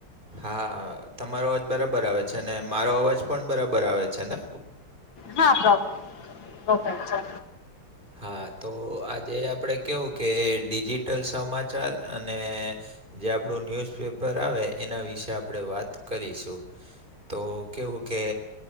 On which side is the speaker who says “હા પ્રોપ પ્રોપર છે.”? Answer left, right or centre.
Left